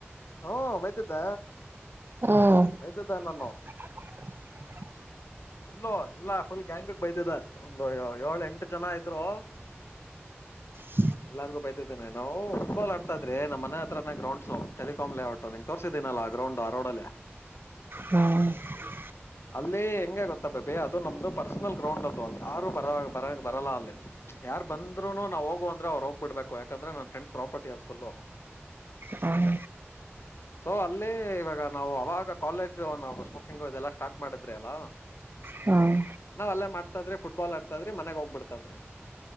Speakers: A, on the left; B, on the right.
A: ಹ ವಯತಿದ್ದ.
B: ಹ್ಮ್
A: ಮೈದ್ದ ನಾನು.
B: <inaudible>
A: ಫುಲ್ಲು ಎಲ್ಲಾ ಫುಲ್ ಗ್ಯಾಂಗಕ್ ಬೈತಿದೆ ಒಂದು ಏಳ ಎಂಟ... ಜನ ಇದ್ರು.
B: ಹ <inaudible>
A: ಎಲ್ಲಾರ್ಗು ಬೈತಿದ್ದೇನೆ ನಾವು ಫುಟ್ಟ್ಬಾಲ್ ಆಡ್ತಿದ್ರ ನಮ್ಮ ಮನೆ ಹತ್ರನ ಗ್ರೌಂಡ್ ಟೆಲಿಕಾ ಲೇಔಟ್ಂ ತೋರ್ಸಿದ್ದ. ನಲ್ಲ ಆ ಗ್ರೌಂಡ ಆರೋಡಾಲ.
B: ಹ್ಮ್ <inaudible>
A: ಅಲ್ಲಿ ಹೆಂಗೆ ಗೊತ್ತ ಬೇಬಿ ಅದು ನಮ್ದು ಪರ್ಸನಲ್ ಗ್ರೌಂಡ್ ಅದುು ಅದು ಯಾರು ಬರ ಬರ ಬರಲ್ಲ ಅಲ್ಲಿ ಯಾರ್ ಬಂದರುನು ನಾವವು ಹೋಗುವ ಅಂದ್ರೆ ಹೋಗಬ ಬಿಡ್ಬೇಕು ಯಾಕಂದ್ರೆ ನನ್ ಫ್ರೆಂಡ್ ಪ್ರಾಪರ್ಟಿ ಅದ ಫುಲ್
B: ಹ್ಮ <inaudible>
A: ಸೊ ಅಲ್ಲ ಇವಾಗ ನಾವು ಅವಾಗ ಕಾಲೇಜ್ ನಾ ಸ್ಮೋಕಿಂಗ್ ಇದೆಲ್ಲಾ ಸ್ಟಾರ್ಟ್. ಮಾಡತ್ರಿ ಅಲ.
B: ಹ್ಮ್
A: ನಾವ್ ಅಲ್ಲ ಮಾಡ್ತಾದ್ರೆ ಫುಟ್ಬಾಲ್ ಆಡ್ತಾದ್ರಿ ಮನೆಾಗ ಹೋಗ್ಬಿಡ್ತಾದ್ರಿ.